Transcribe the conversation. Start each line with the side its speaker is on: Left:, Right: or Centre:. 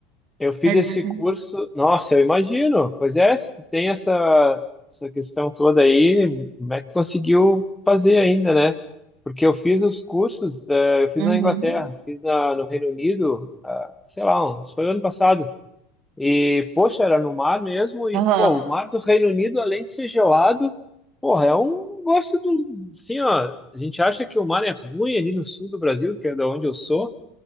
Centre: eu fiz
Right: mas
Centre: esse
Right: mais tempo.
Centre: curso. Nossa, eu imagino. Pois é, se tu tem essa, essa questão toda aí, como é que tu conseguiu fazer ainda, né? Porque eu fiz os cursos, eh, eu fiz
Right: Uhum.
Centre: na Inglaterra, fiz na, no Reino Unido, ah, sei lá, uns- foi ano passado. E, poxa, era no mar mesmo. E,
Right: Aham.
Centre: pô, o mar do Reino Unido, além de ser gelado, porra, é um negócio do. Assim, ó, a gente acha que o mar é ruim ali no sul do Brasil, que é da onde eu sou.